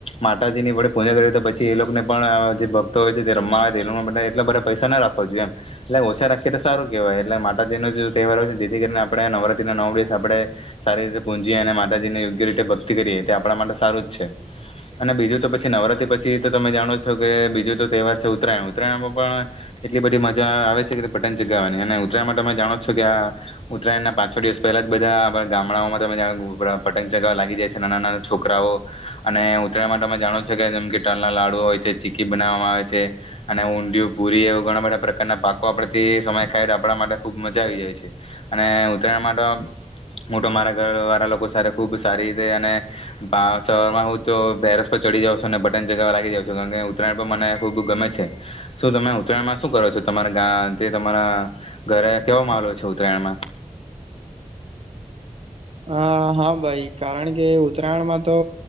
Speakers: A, on the left; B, on the right.
A: માતાજીની વડે પૂજા કરી તો પછી એ લોકોને પણ જે ભક્તો હોય છે. તે રમવા આવે એ લોકો એટલા બધા પૈસા ના રાખવાો જોઈએ. એમ એટલે ઓછા રાખીએ તો સારું કેહેવાય. એટલે માતાજીનો તહેવાર હોય. ને જેથી કરીને આપણે નવરાત્રી ના નવ દિવસ આપડણે સારી રીતે પૂજીએ અને માતાજી ને યોગ્ય રીતે ભક્તિ કરીએ તે આપણા માટે સારું જ છે. અને બીજું તો પછી નવરાત્રી પછી તો તમે જાણો છો કે બીજું તો તહેવાર છે. ઉત્તરાયણ ઉત્તરાયણ માં પણ એટલી બધી મજા આવે છે. પતંગ ચગાવવાની અને ઉત્તરાયણ માટે અમે જાણો છો કે આ ઉત્તરાયણ ના પાંચ છો દિવસ પહેલા જ બધા ગામડાઓમાં તમે પતંગ ચગાવવા લાગી જાય છે. નાના નાના છોકરાઓ અને ઉત્તરાયણ માટે અમે જાણો છો કે જેમ કે ટાલના લાડુ હોય છે. ચીકી બનાવામાં આવે છે. અને ઊડયું પુરી એવા ઘણા બધા ના પાકો આપણેથી સમય ખાય આપણા માટે ખૂબ મજા આવી જાય છે. અને ઉત્તરાયણમાં તો હું તો મારા ઘર વાળા લોકો સાથે ખૂબ સારી રીતે અને શરમાં હું તો ભેરસ પર ચડી જાઉં છું. અને બટન ચગાવવા લાગી જાઉં છું કારણ કે ઉત્તરાયણ પણ મને ખૂબ ગમે છે. શું તમે ઉત્તરાયણમાં શું કરો છો? તમારા ગા જે તમારા ઘરે કેવો માહોલય છે. ઉત્તરાયણમાં
B: હ હા ભાઈ. કારણ કે ઉત્તરાયણમાં તો